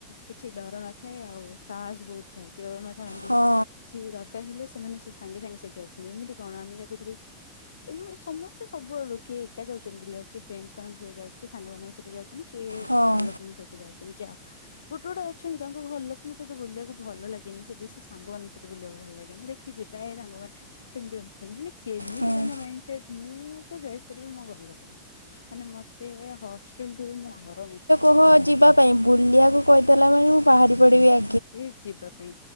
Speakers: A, on the left; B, on the left.
A: କିଛି ଡର ନଥାଏ ଆଉ ସାହସ ବୋହୁତ ଥାଏ କି ବାବାମାଆ ଥାଆନ୍ତି
B: ହଁ
A: କିଛି ବି ଦର କାର ହେଲେ ସେମାନେ ସେ ସାଙ୍ଗେ ସାଙ୍ଗେ ସେଇଠି ଅଛନ୍ତି ଏମିତି କଣ ଆମେ ଯାକୁ ଟିକେ ଏ ମା ସମସ୍ତେ ସବୁ ଆଡୁ ଲୋ ଏକା ଯାଉଚନ୍ତି ବୁଲିିବାକୁ କିଏ ଫ୍ରେଣ୍ଡସମାନଙ୍କ ସହିତ ଯାଉଚି କିଏ ସାଙ୍ଗମାନଙ୍କ ସହିତ ଯାଉଛନ୍ତି। କିଏ
B: ହଁ
A: ଘର ଲୋକଙ୍କ ସହିତ ଯାଉଚନ୍ତି ଯାଆ। ଗୋଟେ ଗୋଟେ ଅଛନ୍ତି ତାଙ୍କ ଘର ଲୋକଙ୍କ ସହିତ ବୁଲିବାକୁ ଭଲ ଲାଗେନି ସେ ବେଶୀ ସାଙ୍ଗମାନଙ୍କ ସହିତ ବୁଲିବାକୁ ଭଲ ଲାଗେ ମୁଁ ଦେ ଖିଚି ପ୍ରାୟ ସାଙ୍ଗମାନେ ସେମତି ଅଛନ୍ତି ହେଲେ କେମିତି
B: ହଁ।
A: ତାଙ୍କ ମାଇଣ୍ଡ ସେଟ ମୁଁ ତ ଚଏସ୍ କରିବି ମୋ ଘରଲୋକ। ମାନେ ମତେ ଏ ହଷ୍ଟେଲଠୁ ବି ମୋ ଘର ବୁଝି
B: ଓହୋ ଯିବା ପାଇଁ ବୁଲିବାକୁ କହିଦେଲା ମାନେ ମୁଁ ବାହାରି ପଡିବି ଆ
A: ବି ଯିବା ପାଇଁ